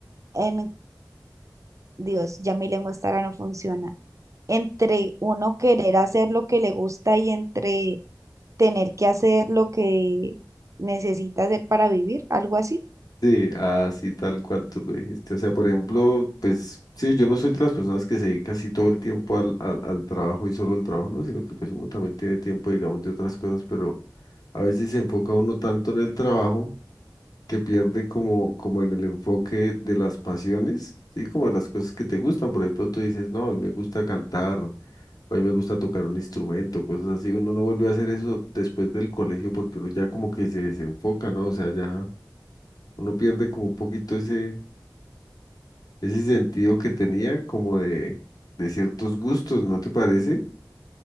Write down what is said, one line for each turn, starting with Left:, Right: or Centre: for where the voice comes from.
Right: en Dios, ya mi lengua estará no funciona. Entre uno querer hacer lo que le gusta y entre tener que hacer lo que necesita hacer para vivir, algo así.
Left: Sí, así tal cual tú lo dijiste. O sea, por ejemplo, pues sí, yo no soy de las personas que se dedica así todo el tiempo al, al, al trabajo y solo al trabajo, ¿no? Sino que pues uno también tiene tiempo, digamos, de otras cosas, pero a veces se enfoca uno tanto en el trabajo que pierde como, como en el enfoque de las pasiones, ¿sí? Como de las cosas que te gustan. Por ejemplo, tú dices, no, a mí me gusta cantar, o a mí me gusta tocar un instrumento, cosas así. Uno no vuelve a hacer eso después del colegio porque uno ya como que se desenfoca, ¿no? O sea, ya uno pierde como un poquito ese ese sentido que tenía como de, de ciertos gustos, ¿no te parece?